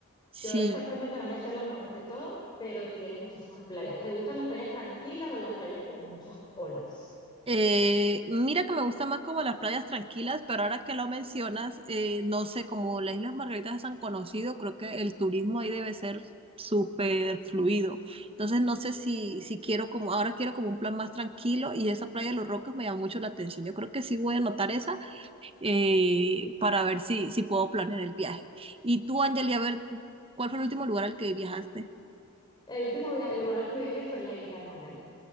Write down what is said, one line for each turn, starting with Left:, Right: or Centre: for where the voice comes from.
Right: sí.
Left: Yo exactamente no me sé los nombres de todas, pero tiene muchísimas playas. ¿Te gustan las playas tranquilas o las playas con muchas olas?
Right: Eh, mira que me gusta más como las playas tranquilas, pero ahora que lo mencionas, eh, no sé, como las Islas Margaritas es tan conocido, creo que el turismo ahí debe ser súper fluido. Entonces no sé si, si quiero como, ahora quiero como un plan más tranquilo y esa playa de Los Roques me llama mucho la atención. Yo creo que sí voy a anotar esa eh, para ver si, si puedo planear el viaje. Y tú, Angeli, a ver, ¿cuál fue el último lugar al que viajaste?
Left: El último via- el lugar al que viajé fue la isla de Margarita.